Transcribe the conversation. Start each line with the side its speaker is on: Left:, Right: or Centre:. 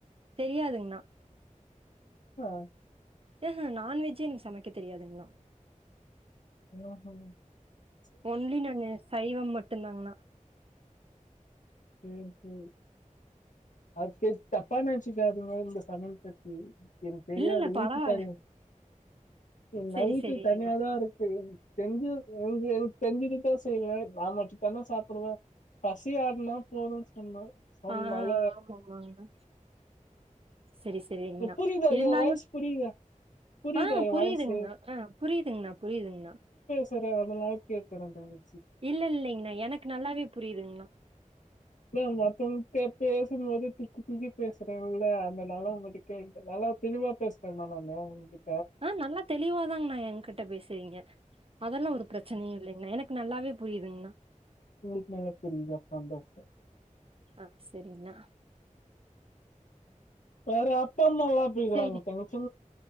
Right: தெரியாதுங்கண்ணா
Left: ஆ
Right: ஏஹஹ நான்வெஜ்ஜே எனக்கு சமைக்க தெரியாதுங்கண்ணா
Left: ம்
Right: ஒன்லி நானு சைவம் மட் டு ந்தாங்கனா
Left: சேரி சேரி அது தப்பா நினைச்சிக்காதிங்கோ இந்த சமையல் பத்தி எனக்கு தெரியாது
Right: இல்ல இல்ல
Left: வீட்டு
Right: பரவால்ல.
Left: <unintelligible> நைட்டு
Right: சரி சரிங்கண்ணா.
Left: தனியாதான் இருக்கு செஞ்சு எங்க எங்க தெஞ்சுட்டுதான் செய்வேன் நான் மட்டும்த்தானே சாப்பிடுவேன் பசி ஆடினா போனோஸ் நம்பர் சொண்
Right: ஆ
Left: நால
Right: ஆமாமாங்கண்ணா. சரி சரிங்கண்ணா
Left: புரியுதா
Right: இருந்தாலும்
Left: என் வாய்ஸ் புரியுதா புரியுதா
Right: ஆ
Left: என்
Right: புரியுதுங்கண்ணா
Left: வாய்ஸ்
Right: ஆ புரியுதுங்கண்ணா புரியுதுங்கண்ணா
Left: சரி அதநால்ல கேக்கறன் தாயி
Right: இல்ல இல்லலைங்கண்ணா எனக்கு நல்லாவே புரியுதுங்கண்ணா
Left: இ மத்தவங்கிட்ட பேசும்போது தக்குி திக்கி பேசுறேன்ல்ல அந்தனால உங்கிட்ட கேன் நல்லா தெளிவா பேசுறேன் நான் உங்க
Right: ஆ நல்லா தெளிவாதாங்க நா எ்கிட்ட பேசுறீங்க அதெல்லாம் ஒரு பிரச்சனையும் இல்லைங்கண்ணா எனக்கு நல்லாவே புரியுதுங்கண்ணா
Left: உங்களுக்கு நல்லா தெரியுதா ஃப்ரெண்ட் ஆஃப்
Right: ஆ சரிண்ணா
Left: வேற <unintelligible> அப்பா அம்மா லாம் எப்படி இருக்காங்க
Right: சரி
Left: தங்கச்சி